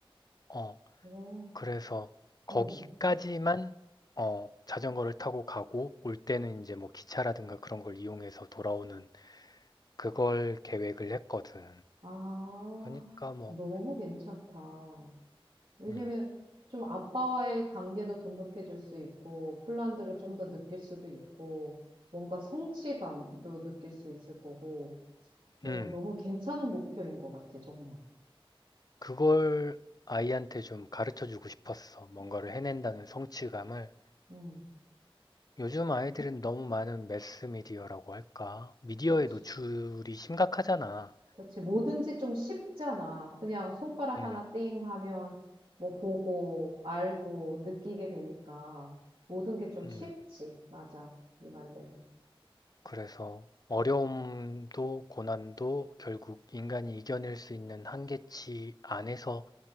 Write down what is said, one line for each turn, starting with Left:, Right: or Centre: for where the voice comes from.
Left: 어,
Right: 와,
Left: 그래서
Right: 어.
Left: 거기까지만 어, 자전거를 타고 가고 올 때는 이제 뭐 기차라든가 그런 걸 이용해서 돌아오는 그걸 계획을 했거든.
Right: 아,
Left: 그러니까 뭐
Right: 너무 괜찮다. 왜냐면
Left: 음,
Right: 좀 아빠와의 관계도 돈독해질 수 있고, 폴란드를 좀 더 느낄 수도 있고, 뭔가 성취감도 느낄 수 있을 거고, 어,
Left: 음.
Right: 너무 괜찮은 목표인 것 같아, 정말.
Left: 그걸 아이한테 좀 가르쳐 주고 싶었어. 뭔가를 해낸다는 성취감을.
Right: 음,
Left: 요즘 아이들은 너무 많은 매스미디어라고 할까? 미디어에
Right: 그치.
Left: 노출이 심각하잖아.
Right: 그치. 뭐든지 좀 쉽잖아. 그냥 손가락
Left: 음,
Right: 하나 띵 하면 뭐 보고, 알고, 느끼게 되니까 모든 게 좀
Left: 음,
Right: 쉽지. 맞아. 네 말대로.
Left: 그래서 어려움도 고난도 결국 인간이 이겨낼 수 있는 한계치 안에서